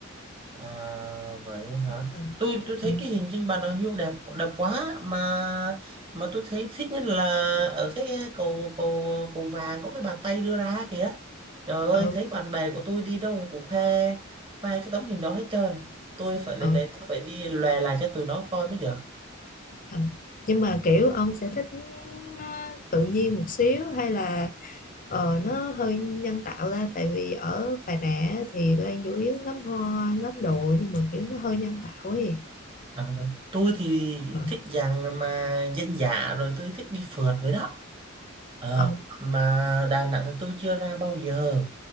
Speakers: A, on the right (about 25°); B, on the left (about 40°).
A: À, vậy hả?
B: ừ
A: Tôi tôi thấy
B: ừ
A: cái hình trên bàn đằng hưu đẹp đẹp quá mà mà tôi thấy thích nhất là ở cái cầu cầu cầu vàng có cái bàn tay đưa ra kìa. Trời ơi,
B: ừ,
A: thấy bạn bè của tôi đi đâu cũng khoe khoe cái tấm hình đó hết trơn. Tôi phải lên
B: ừ.
A: đấy, tôi phải đi lòe lại cho tụi nó coi mới được.
B: ừ. nhưng mà kiểu ông sẽ thích nó tự nhiên một xíu hay là ờ, nó hơi nhân tạo ra tại vì ở Bà Nà á thì Lan chủ yếu ngắm hoa ngắm đồ nhưng mà kiểu nó hơi nhân tạo ấy
A: À, rồi. tôi thì
B: ờ
A: thích dạng mà dân dã rồi tôi thích đi phượt với đó. Ờ,
B: ờ
A: mà Đà Nẵng thì tôi chưa ra bao giờ.